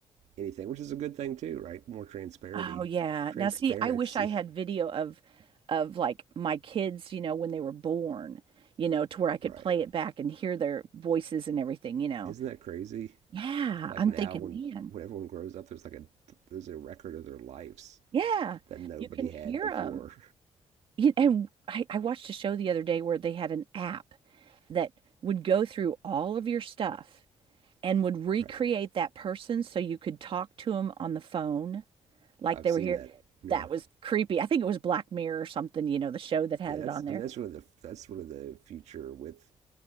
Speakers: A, on the right (about 75°); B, on the right (about 50°).
A: anything, which is a good thing too, right? More transparency,
B: Oh yeah.
A: transparency,
B: Now see, I wish I had video of of like my kids, you know, when they were born, you know, to
A: <laughs>
B: where I could
A: right?
B: play it back and hear their voices and everything, you know.
A: Isn't that crazy?
B: Yeah,
A: Like
B: I'm
A: now,
B: thinking,
A: when
B: man.
A: when everyone grows up, there's like a there's a record of their lives
B: Yeah,
A: that nobody
B: you can hear
A: had before,
B: them. And I, I watched a show the other day where they had an app that would go through all of your stuff and would recreate
A: <laughs> right?
B: that person so you could talk to them on the phone like
A: I've
B: they
A: seen
B: were here.
A: that. Yeah,
B: That was creepy. I think it was Black Mirror or something, you know, the show that had
A: yeah. That's
B: it on there.
A: I mean that's really the that's really the future with